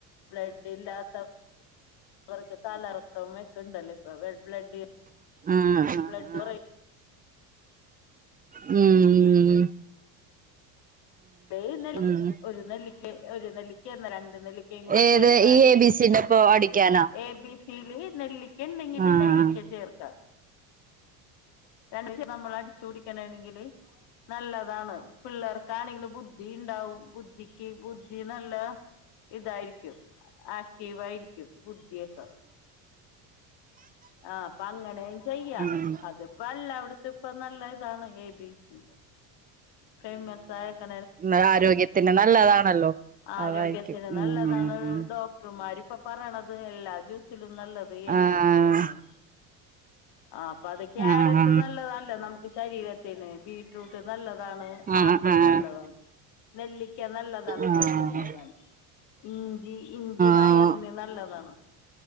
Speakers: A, on the left; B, on the right.
A: ബ്ലഡ് ഇല്ലാത്ത വർക്ക് തല കറക്കം ഒക്കെയിണ്ടല്ലോ ഇപ്പൊ ബ്ലഡ്
B: ആഹ് ആഹ്
A: ബ്ലഡ്
B: ഉം ഉംഹ്
A: <unintelligible>
B: ഉം
A: ഒരു നെല്ലിക്ക ഒരു നെല്ലിക്ക എന്നാ രണ്ട് നെല്ലിക്കയും കൂടി
B: ഏത്
A: ചേർത്താല്
B: ഈ എ ബി സി ന്റെ ഒപ്പോ അടിക്കാനോ
A: എ ബി സി യില് നെല്ലിക്കണ്ടെങ്കില്
B: ആഹ്
A: നെല്ലിക്ക ചേർക്കം രണ്ടീശം നമ്മള് അടിച്ചു കുടിക്കാനാണെങ്കില് നല്ലതാണ് പിള്ളേർക്കാണെങ്കില് ബുദ്ധി ഇണ്ടാവും ബുദ്ധിക്ക് ബുദ്ധി നല്ല ഇതായിരിക്കും ആക്റ്റീവ് ആയിരിക്കും ബുദ്ധിയൊക്കെ ആഹ് അപ്പൊ അങ്ങനെയും ചെയ്യാ
B: ഉം
A: അതിപ്പ എല്ലാവിടെത്തും ഇപ്പ നല്ല ഇതാണ് എ ബി സി ഫെയ്മസായക്ക
B: ഇമ്മളെ ആരോഗ്യത്തിന് നല്ലതാണല്ലോ
A: ആരോഗ്യത്തിന്
B: അതായിരിക്കും ഉം
A: നല്ലതാണ് ഡോക്ടർമാരിപ്പ പറയണത് എല്ലാ ജ്യൂസിലും നല്ലത് ഇപ്പൊ എബിസിയാന്ന്
B: ആഹ്
A: ആ അപ്പ അത് കാരറ്റ്
B: ആഹ്
A: നല്ലതല്ലേ ശരീരത്തിന് ബീട്രൂട്ട് നല്ലതാണ്
B: ആഹ്
A: ആപ്പിള്
B: ആഹ്
A: നല്ലതാണ് നെല്ലിക്ക നല്ലതാണ്
B: ആഹ്
A: ബ്ലഡ് ഇണ്ടാകാന് ഇഞ്ചി ഇഞ്ചി വയറിന്
B: ആഹ്
A: നല്ലതാണ്